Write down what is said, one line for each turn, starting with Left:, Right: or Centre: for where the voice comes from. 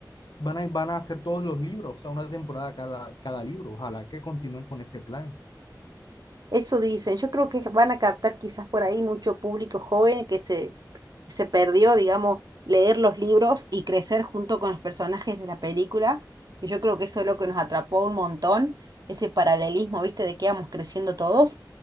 Left: van a, van a hacer todos los libros, o sea, una temporada cada, cada libro. Ojalá que continúen con ese plan.
Right: Eso dicen. Yo creo que van a captar quizás por ahí mucho público joven que se, que se perdió, digamos, leer los libros y crecer junto con los personajes de la película. Y yo creo que eso es lo que nos atrapó un montón, ese paralelismo, ¿viste? De que íbamos creciendo todos.